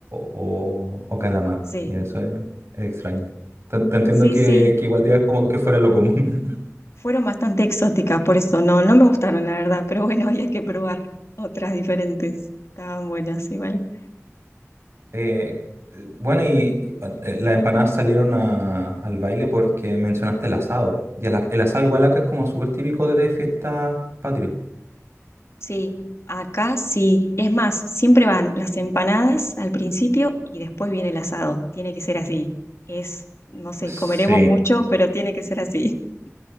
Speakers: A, on the right (about 60°); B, on the left (about 60°).
A: o, o calamar.
B: Sí,
A: Ya eso es, es extraño. Te, te entiendo
B: sí,
A: que,
B: sí.
A: que igual digas como que fuera lo común. <laughs>
B: Fueron bastante exóticas, por eso no, no me gustaron, la verdad, pero bueno, <laughs> había que probar otras diferentes. Estaban buenas igual.
A: Eh, eh, bueno, y eh, las empanadas salieron a- al baile porque mencionaste el asado. Y el, a- el asado igual acá es como súper típico de fiestas patrias.
B: Sí, acá sí. Es más, siempre van las empanadas al principio y después viene el asado. Tiene que ser así. Es, no sé,
A: Sí,
B: comeremos mucho, pero tiene que ser así. <laughs>